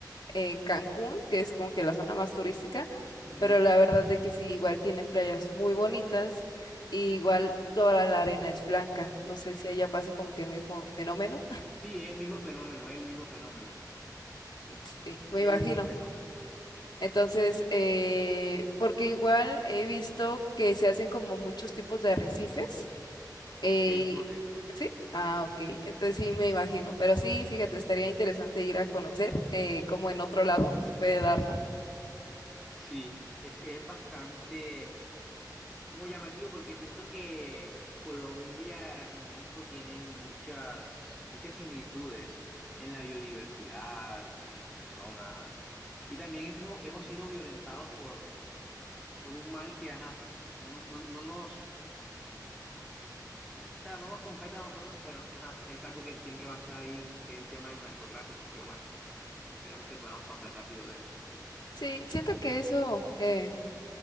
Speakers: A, on the left; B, in the centre.
A: eh, Cancún, que es como que la zona más turística,
B: Ujú.
A: pero la verdad de que sí, igual tiene playas muy bonitas, y igual toda la arena es blanca. No sé si allá pase como que el mismo fenómeno.
B: Sí, es el mismo fenómeno, es el mismo fenómeno,
A: <laughs> Sí, me
B: es
A: imagino.
B: el mismo fenómeno.
A: Entonces, eh, porque igual he visto que se hacen como muchos tipos de arrecifes Ey,
B: Es correcto.
A: ¿sí? Ah, ok.
B: Sí.
A: Entonces sí me imagino. Pero sí, fíjate, estaría interesante ir a conocer eh, cómo en otro lado se puede dar, ¿no?
B: Sí, es que es bastante como llamativo porque siento que Colombia y México tienen muchas, muchas similitudes en la biodiversidad, en las personas. Y también hemos, hemos sido violentados por, por un mal que, ajá, no, nos- no, no nos, o sea, no nos compete a nosotros, pero ajá, es algo que siempre va a estar ahí, que es el tema del narcotráfico. Pero bueno, esperemos que podamos pasar rápido de eso.
A: Sí, siento que eso eh,